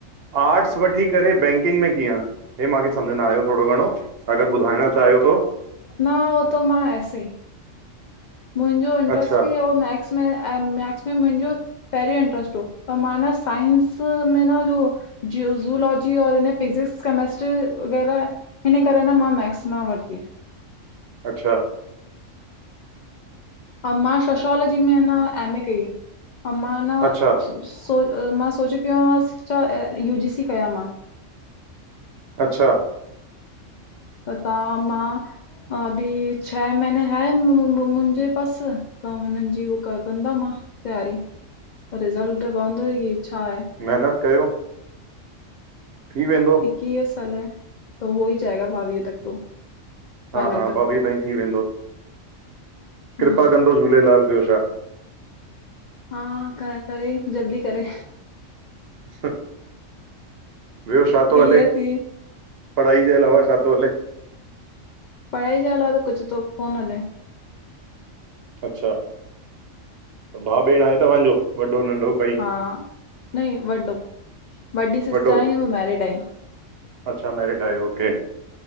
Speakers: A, on the right; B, on the left.
A: आर्ट्स वठी करे बैंकिंग में कीअं? हे माखे सम्झ न आयो थोरो घणो अगर ॿुधाइण चायो तो?
B: न हो त मां ऐसे ई। मुंहिंजो इंट्रस्ट
A: अच्छा
B: बि ओह मैक्स में अए मैक्स में मुंहिंजो। पेहेरयों इंट्र्स्ट हो पर मा न साइंस में न जो। ज्यूजलॉजी और हिन फिजिक्स कमिस्ट्री वग़ैरह। हिन करे न मां मैक्स न वरती।
A: अच्छा।।
B: अ मां सोशोलॉजी में न एम ए कई अ मां न
A: अच्छा
B: सुस्। सो मां सोचे पयो मां छा यू जी सी कयां मां।
A: अच्छा।
B: पता मां अभी छ महीने है मुंजे पस। त हुनन जी उ कंदा मां तयारी रिसल्ट त पवंदो ई छा आहे
A: मेहेनत कयो। थी वेंदो।
B: इकीह साल त हो ई जाएग़ा ॿावीह तक तो। फाइनल
A: हा हा
B: तक
A: ॿावीह ताईं थी वेंदो,
B: हम्म
A: कृपा कंदो झूलेलाल ब्यो छा।
B: हा, क करे जल्दी करे।
A: सूट। ब्यो छा तो
B: क्लियर
A: हले,
B: थी
A: पढ़ाई जे अलावा छा तो हले?
B: पढाई जे अलावा त कुछ तो कोन हले।
A: अच्छा, त भा भेण आहे तव्हांजो वॾो नंढो? काई
B: हा, न वॾो वॾी सिस्टर
A: वॾो
B: आइं उ मैरिड आईं।
A: अच्छा मैरिड आहे ओके।